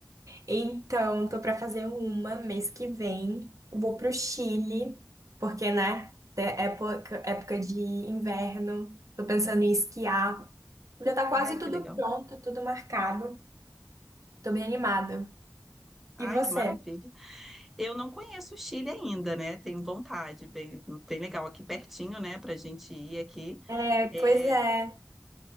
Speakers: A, on the right; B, in the centre.
A: Então, tô pra fazer uma mês que vem. Vou pro Chile, porque, né, é época, época de inverno. Tô pensando em esquiar. Já tá quase
B: Ai,
A: tudo
B: que legal.
A: pronto, tudo marcado. Tô bem animada.
B: Ai,
A: E você?
B: que maravilha. Eu não conheço o Chile ainda, né? Tenho vontade, bem, bem legal aqui pertinho, né, para a gente ir aqui.
A: É,
B: É,
A: pois é.